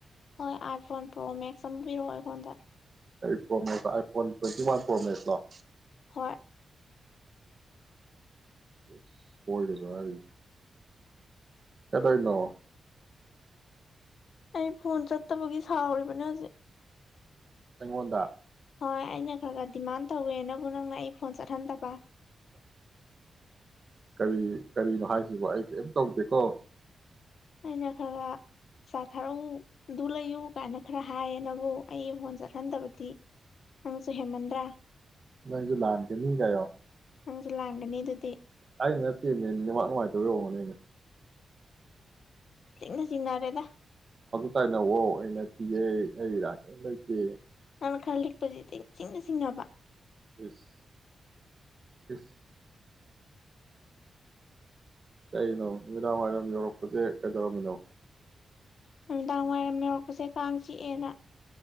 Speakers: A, on the left (about 60°); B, on the right (about 35°).
A: ꯍꯣꯏ ꯑꯥꯏꯐꯣꯟ ꯄ꯭ꯔꯣ ꯃꯦꯛꯁ ꯑꯝ ꯄꯤꯔꯛꯑꯣ ꯑꯩꯉꯣꯟꯗ
B: ꯀꯩ ꯐꫭꯟꯅꫭ ꯑꯥꯏ ꯐꫭꯟ ꯇ꯭ꯋꯦꯟꯇꯤꯋꯥꯟ ꯄ꯭ꯔꫭ ꯃꯦꯛꯁꯂꫭ
A: ꯍꯣꯏ
B: ꯏꯁ ꯍꯣꯏꯒꯁꯨ ꯍꯥꯏꯔꯤ ꯀꯩꯗꫭꯏꯅꫭ
A: ꯑꯩ ꯐꫭꯟ ꯆꯠꯇꯕꯒꯤ ꯁꯥꯥꯎꯔꯤꯕꯅꯦ ꯍꯖꯤꯛ
B: ꯑꯩꯉꯣꯟꯗ
A: ꯍꯣꯏ ꯑꯩꯅ ꯈꯔ ꯈꯔ ꯗꯤꯃꯥꯟ ꯇꯧꯋꯦ ꯅꯕꯨ ꯅꯪꯅ ꯑꯩ ꯐꯣꯟ ꯆꯠ ꯍꯟ ꯗꯕ
B: ꯀꯔꯤ ꯀꯔꯤꯅꯣ ꯍꯥꯏꯁꯤꯕꫭ ꯑꯩ ꯀꯩꯝ ꯇꯧꯗꯦꯀꯣ
A: ꯑꯩꯅ ꯈꯔ ꯄꯩ ꯆꯥ ꯊꯥꯔꯛꯎ ꯑꯗꯨ ꯂꯩꯌꯨ ꯀꯥꯏꯅ ꯈꯔ ꯍꯥꯏꯌꯦ ꯅꯕꯨ ꯑꯩ ꯐꯥꯟ ꯆꯠꯍꯟꯗꯕꯗꯤ ꯅꯪꯁꯨ ꯍꯦꯟꯃꯟꯗ꯭ꯔꯥ
B: ꯅꯪꯖꯨ ꯂꯥꯟꯒꯅꯤ ꯀ ꯍꯥꯏꯌꫭ
A: ꯅꯪꯁꯨ ꯂꯥꯟꯒꯅꯤ ꯑꯗꯨꯗꯤ
B: ꯑꯩꯩꯅ ꯅꯠꯇꯦ ꯃꯦ ꯅꯦꯠꯋꯥꯛ ꯅꯨꯡꯉꯥꯏꯇꯕꯩ ꯑꫭꯏꯔꯝꯒꯅꯦ ꯃꯦ
A: ꯆꯤꯗ ꯆꯤꯡꯅꯔꯦꯗ
B: ꯇꯥꯏꯅꯧꯋꫭ ꯑꯩ ꯅꯠꯇꯤꯌꯦ ꯑꯩ ꯏꯔꯥꯟ ꯀꯩꯝ ꯂꯩꯇꯦ
A: ꯅꯪꯅ ꯈꯔ ꯂꯤꯛꯄꯁꯤꯗ ꯏꯆꯤꯡꯗ ꯆꯤꯡꯅꯕ
B: ꯏꯁ ꯏꯁ ꯀꯩꯅꯣ ꯅꯨꯃꯤꯗꯥꯋꯥꯏꯔꯝ ꯌꯧꯔꯛꯄꯁꯦ ꯀꯩꯗꯧꯔꯝꯃꯤꯅꯣ
A: ꯅꯨꯃꯤꯗꯥꯡ ꯋꯥꯏꯔꯝ ꯌꯧꯔꯛꯄꯁꯦ ꯀꯥꯡ ꯆꯤꯛꯑꯦꯅ